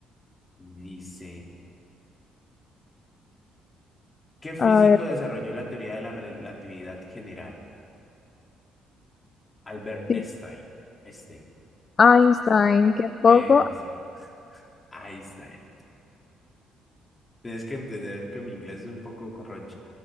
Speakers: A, on the left; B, on the left.
A: Dice, ¿qué físico
B: a ver.
A: desarrolló la teoría de la relatividad general? Albert
B: sí,
A: Einstein. Einstein.
B: Einstein,
A: Es-
B: qué poco.
A: Esa. Einstein. Tienes que entender que mi inglés es un poco corroncho.